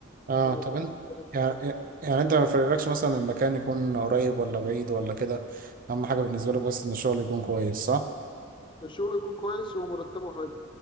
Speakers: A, on the right; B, on the left.
A: اه
B: إن أنا
A: طب
B: أبقى
A: انت
B: مستقر في
A: يعني
B: مكان
A: إيه، يعني انت ما يفرقلكش مثلا المكان يكون قريب ولا بعيد ولا كده اهم حاجة بالنسبة لك بس ان الشغل يكون كويس صح؟
B: الشغل يكون كويس ومرتبه حلو